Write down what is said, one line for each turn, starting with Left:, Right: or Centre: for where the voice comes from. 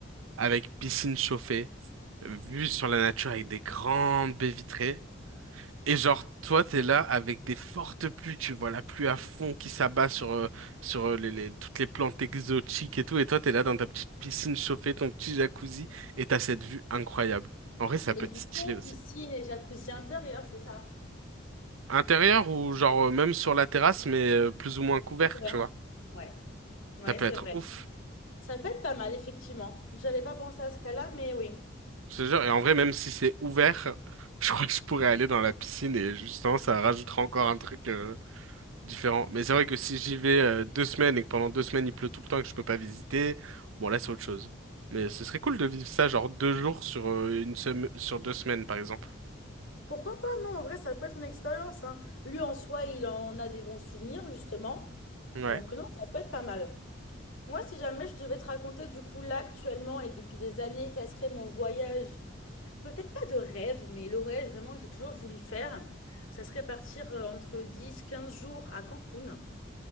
Right: avec piscine chauffée, vue sur la nature avec des grandes baies vitrées. Et genre, toi, t'es là avec des fortes pluies, tu vois la pluie à fond qui s'abat sur, euh, sur euh, les, les- toutes les plantes exotiques et tout. Et toi, t'es là dans ta petite piscine chauffée, ton petit jacuzzi, et t'as cette vue incroyable. En vrai, ça
Left: Mais
Right: peut
Left: du
Right: être stylé
Left: coup,
Right: aussi.
Left: piscine et jacuzzi intérieur, c'est ça?
Right: Intérieur ou genre euh, même sur la terrasse, mais euh, plus ou moins couvert,
Left: Couverte.
Right: tu vois.
Left: Ouais, ouais,
Right: Ça peut
Left: c'est
Right: être
Left: vrai.
Right: ouf.
Left: Ça peut être pas mal, effectivement. J'avais pas pensé à ce cas-là, mais oui.
Right: Je te jure. Et en vrai, même si c'est ouvert, <laughs> je crois que je pourrais aller dans la piscine et justement, ça rajoutera encore un truc euh, différent. Mais c'est vrai que si j'y vais euh, deux semaines et que pendant deux semaines il pleut tout le temps et que je peux pas visiter, bon là c'est autre chose. Mais ce serait cool de vivre ça genre deux jours sur euh, une semaine, sur deux semaines par exemple.
Left: Pourquoi pas? Non, en vrai, ça peut être une expérience, hein. Lui, en soi, il en a des bons souvenirs, justement.
Right: Ouais.
Left: Donc, non, ça peut être pas mal. Moi, si jamais je devais te raconter, du coup, là, actuellement, et depuis des années, quel serait mon voyage? Peut-être pas de rêve, mais le voyage vraiment que j'ai toujours voulu faire, ça serait partir euh, entre dix quinze jours à Cancun.